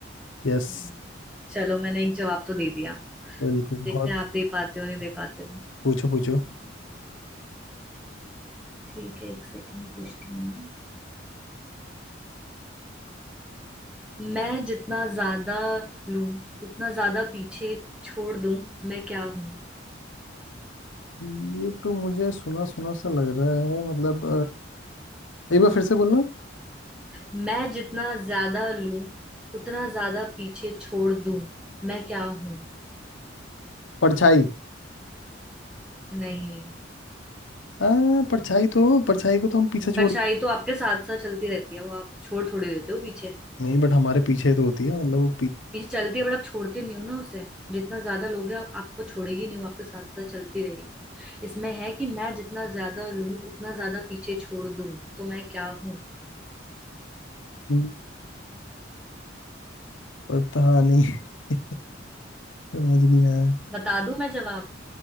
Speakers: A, on the left; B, in the centre.
A: यस
B: हम्म, चलो मैंने एक जवाब तो दे दिया
A: बिल्कुल
B: अब देखते
A: बहुत
B: हैं आप दे पाते हो नहीं दे पाते हो
A: पूछो पूछो
B: ठीक है एक सेकंड पूछती हूँ मैं मैं जितना ज्यादा लूं उतना ज्यादा पीछे छोड़ दूं मैं क्या हूं
A: ये तो मुझे सुना सुना सा लग रहा है मतलब अ, एक बार फिर से बोलना
B: मैं जितना ज्यादा लूं उतना ज्यादा पीछे छोड़ दूं मैं क्या हूं
A: परछाई
B: नहीं
A: हाँ परछाई तो परछाई को तो हम पीछे छोड़
B: परछाई तो आपके साथ साथ चलती रहती है वो आप छोड़ थोड़ी देते हो पीछे
A: नहीं बट हमारे पीछे तो होती है मतलब वो
B: पीछे चलती है बट आप छोड़ते नहीं हो ना उसे जितना ज्यादा लोगे आप, आपको छोड़ेगी नहीं वो आपके साथ साथ चलती रहेगी इसमें है कि मैं जितना ज्यादा लूं उतना ज्यादा पीछे छोड़ दूं तो मैं क्या हूं
A: पीछे पता नहीं <laughs> समझ नहीं आया
B: बता दूं मैं जवाब